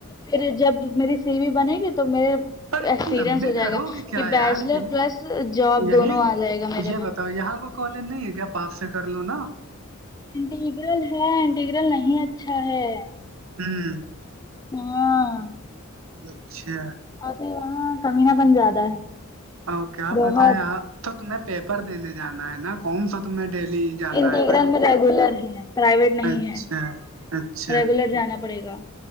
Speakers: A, on the left; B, on the right.
A: پھر جب میری سیوی بنے گی تو میر
B: پر اتنے
A: ایکسپیرنس
B: لمبے
A: ہو
B: کرو
A: جائے گا
B: گے کیا
A: کہ
B: یار
A: بیچلر
B: یہی
A: پلس جاب
B: یہی
A: دونوں آ جائے گا میرے
B: یہ
A: میں
B: بتاؤ یہاں کو کالج نہیں ہے کیا پاپ سے کر لو نا
A: انٹیگرل ہے انٹیگرل نہیں اچھا ہے
B: ہوں
A: ہاں
B: اچھا
A: اور پھر وہاں کمینہ بن زیادہ ہے
B: اوک پت
A: بہت
B: ہے یاں تو تمہیں پیپر دینے جانا ہے نا کون سا تمہیں ڈیلی جانا
A: انٹیگرام
B: ہے بھائی
A: میں ریگولر ہے پرائیویٹ نہیں
B: اچھا
A: ہے
B: اچھا
A: ریگولر جانا پڑے گا